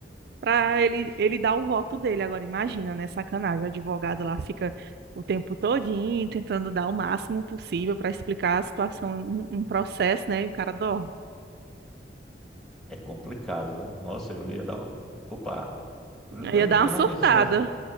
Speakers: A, on the right; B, in the centre.
A: pra ele, ele dar o voto dele. Agora, imagina, né, sacanagem, o advogado lá fica o tempo todinho tentando dar o máximo possível pra explicar a situação, um, um processo, né, e o cara dorme.
B: É complicado, não? Nossa, eu ia dar uma. Opa,
A: Aí ia dar
B: como
A: uma surtada.
B: é que ele se